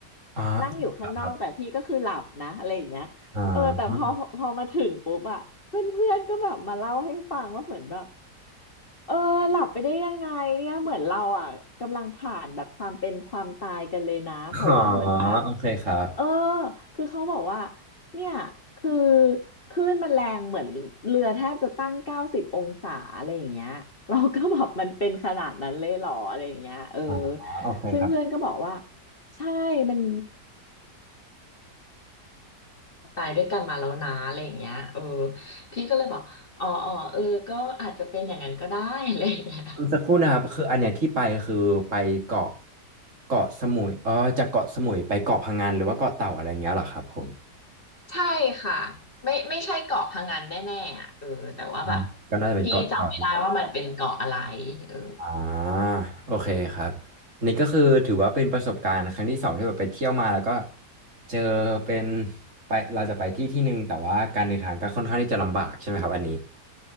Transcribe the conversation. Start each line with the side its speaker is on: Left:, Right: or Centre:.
Right: อ่า
Left: นั่งอยู่ข้างนอกแต่พี่ก็คือหลับนะอะไรอย่างเงี้ยเออแต่พอพอพอมาถึงปุ๊บอะเพื่อนเพื่อนก็แบบมาเล่าให้ฟังว่าเหมือนแบบ
Right: ครับอ่า
Left: เออหลับไปได้ยังไงเนี่ยเหมือนเราอ่ะกำลังผ่านแบบความเป็นความตายกันเลยนะเพราะว่าเหมือนแบบ
Right: อ๋อโอเคครับ
Left: เออคือเขาบอกว่าเนี่ยคือคลื่นมันแรงเหมือนเรือแทบจะตั้งเก้าสิบองศาอะไรอย่างเงี้ยเราก็แบบมันเป็นขนาดนั้นเลยเหรออะไรอย่างเงี้ยเออ
Right: อ่าโอเคครับ
Left: ซึ่งเพื่อนก็บอกว่าใช่มันตายด้วยกันมาแล้วนะอะไรอย่างเงี้ยเออพี่ก็เลยบอกอ๋ออ๋อเออก็อาจจะเป็นอย่างนั้นก็ได้ <laughs> อะไรอย่างเงี้ย
Right: สักครู่นะครับคืออันเนี้ยที่ไปคือไปเกาะเกาะสมุยเออจากเกาะสมุยไปเกาะพะงันหรือว่าเกาะเต่าอะไรเงี้ยเหรอครับผม
Left: ใช่ค่ะไม่ไม่ใช่เกาะพะงันแน่ๆอ่ะเออแต่ว่าแบบ
Right: อ่าก็น่าจะเป็นเกาะเต่า
Left: พี่จำไม่ได้ว่ามันเป็นเกาะอะไรเออ
Right: อ่าโอเคครับอันนี้ก็คือถือว่าเป็นประสบการณ์ครั้งที่สองที่แบบไปเที่ยวมาแล้วก็เจอเป็นไปเราจะไปที่ที่หนึ่งแต่ว่าการเดินทางก็ค่อนข้างที่จะลำบากใช่ไหมครับอันนี้